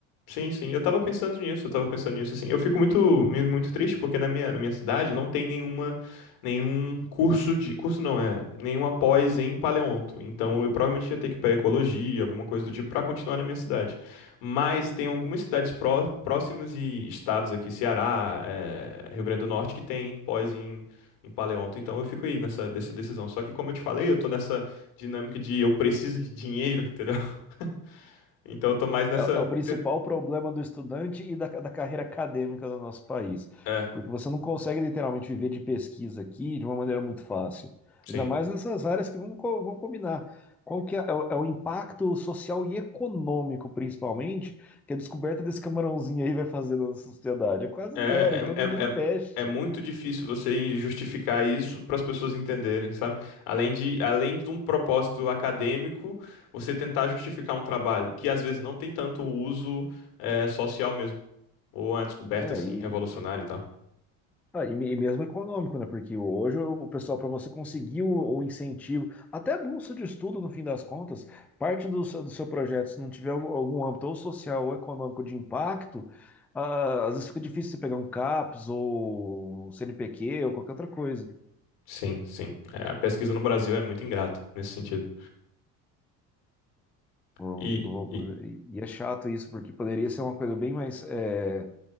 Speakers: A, on the left; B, in the centre.
A: Sim, sim. Eu tava pensando nisso, eu tava pensando nisso, assim. Eu fico muito, me- muito triste porque na minha, na minha cidade não tem nenhuma, nenhum curso de, curso não, é, nenhuma pós em paleonto. Então eu provavelmente ia ter que ir pra ecologia, alguma coisa do tipo, pra continuar na minha cidade. Mas tem algumas cidades pró, próximas e estados aqui, Ceará, é, Rio Grande do Norte, que tem pós em, em paleonto. Então eu fico aí nessa, nessa decisão. Só que como eu te falei, eu tô nessa dinâmica de eu preciso de dinheiro, entendeu? <laughs> Então eu tô mais nessa...
B: É, é o principal
A: te-
B: problema do estudante e da, da carreira acadêmica do nosso país.
A: É,
B: Porque você não consegue literalmente viver de pesquisa aqui de uma maneira muito fácil.
A: sim.
B: Ainda mais nessas áreas que vamos co- vão combinar. Qual que é, é o é o impacto social e econômico, principalmente, que a descoberta desse camarãozinho aí vai fazer na nossa sociedade? É quase
A: É,
B: zero, então ninguém
A: é, é, é,
B: investe.
A: é muito difícil você justificar isso para as pessoas entenderem, sabe? Além de, além de um propósito acadêmico, você tentar justificar um trabalho que às vezes não tem tanto uso é, social mesmo, ou uma descoberta
B: É,
A: assim
B: e
A: revolucionária e tal.
B: Ah, e, me- e mesmo econômico, né? Porque hoje o o pessoal, para você conseguir o, o incentivo, até a bolsa de estudo, no fim das contas, parte do, seu- do seu projeto, se não tiver algum, algum âmbito ou social ou econômico de impacto, ah, às vezes fica difícil você pegar um CAPS ou CNPq ou qualquer outra coisa.
A: Sim, sim. É, a pesquisa no Brasil é muito ingrata nesse sentido.
B: Ou-
A: E,
B: ou-
A: e
B: E e é chato isso, porque poderia ser uma coisa bem mais. eh,